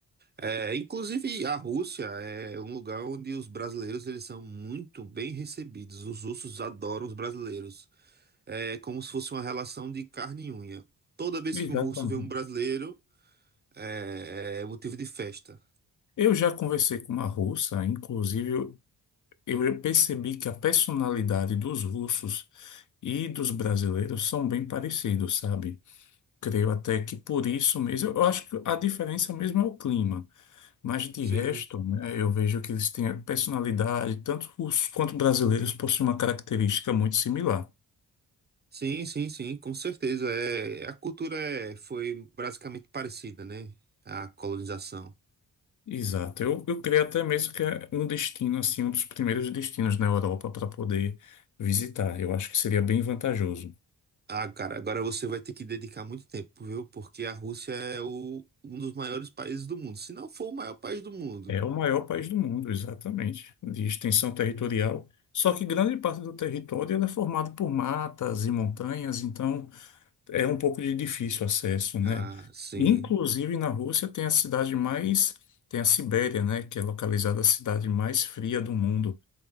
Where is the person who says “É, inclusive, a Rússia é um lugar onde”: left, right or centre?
Right